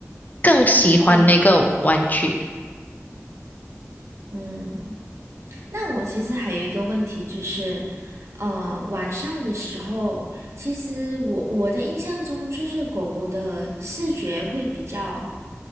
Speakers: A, on the left (about 35°); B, on the right (about 70°).
A: 更喜欢那个玩具。
B: 更嗯，那我其实还有一个问题就是，呃，晚上的时候，其实我我的印象中就是狗狗的视觉会比较